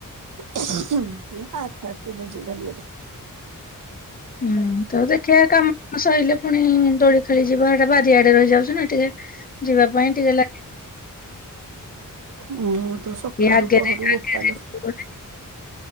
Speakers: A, on the right; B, on the left.
A: <unintelligible>
B: ହୁଁ ତମେ? ଖିଆ କାମ ମ ସଇଲେ ପୁଣି ଦୋଳି ଖେଳିଯିବା ହେଟା ବାରିଆଡେ ରହିଯାଉଛି ନା ଟିକେ- ଯିବା ପାଇଁ ଟିକେ ଲାଗେ।
A: ମୋର ତ ସକାଳୁ
B: ଏ ଆଗରେ
A: ପହଁରୁ ବୋପାଲୋ
B: ଗଲେ